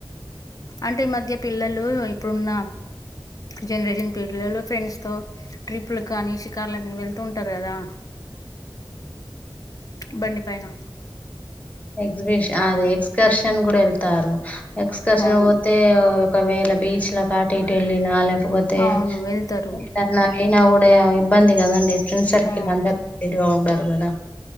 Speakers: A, on the left; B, on the left.
A: అంటే ఈ మధ్య పిల్లలు ఇప్పుడున్న జనరేషన్ పిల్లలు ఫ్రెండ్స్ తో ట్రిప్లకనీ షికార్లకని వెళ్తూ ఉంటరు కదా. బండి పైనా
B: ఎక్జబిషన్ అదే ఎక్స్కర్షన్ కూడా వెళ్తారు ఎక్స్కర్షన్
A: అవును
B: పోతే ఒకవేళ బీచ్లకటిటు ఎళ్ళినా లేకపోతే
A: అవును వెళ్తారు
B: ఎటన్నా వొయినా కూ డ ఇబ్బంది కదండి ఫ్రెండ్ సర్కిల్
A: అవును
B: అందరు ఒకతీరుగా ఉండరు కదా.